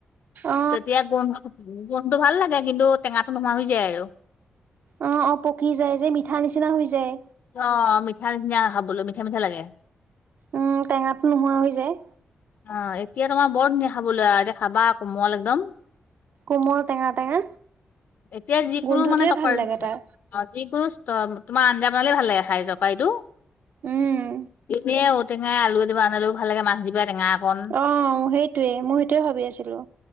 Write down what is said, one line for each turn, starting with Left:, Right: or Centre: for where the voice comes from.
Right: অ
Left: তেতিয়া গোন্ধ, গোন্ধটো ভাল লাগে কিন্তু টেঙাটো নোমোৱা হৈ যায় আৰু।
Right: অ অ' পকি যায় যে, মিঠা নিচিনা হৈ যায়
Left: অ', মিঠা নিছিনা খাবলৈ, মিঠা মিঠা লাগে। <inaudible>
Right: উম টেঙাটো নোহোৱা হৈ যায়।
Left: অ' এতিয়া তোমাৰ বৰ ধুনীয়া খাবলৈ, আৰু এতিয়া খাবা কোমল একদম।
Right: কোমল টেঙা টেঙা
Left: এতিয়া যিকোনো
Right: গোন্ধটোৱে
Left: মানে টকাৰ
Right: ভাল লাগে
Left: অ'
Right: তাৰ
Left: যিবোৰ তোমাৰ আঞ্জা বনালে ভাল লাগে খাই তৰকাৰীটো।
Right: উম।
Left: এনে ঔটেঙ আলু এ দি বনালও ভাল লাগে, মাছ দিবা টেঙা অকণ
Right: অ' সেইটোৱে, মই সেইটোয়ে ভাবি আছিলো।